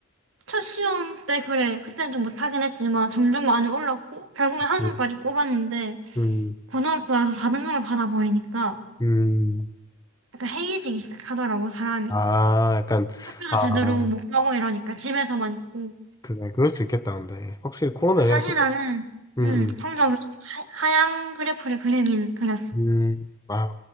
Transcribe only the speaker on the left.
음,
음.
음.
아, 약간,
아.
그래, 그럴 수 있겠다, 근데. 확실히 코로나에
음,
음. 음, 아,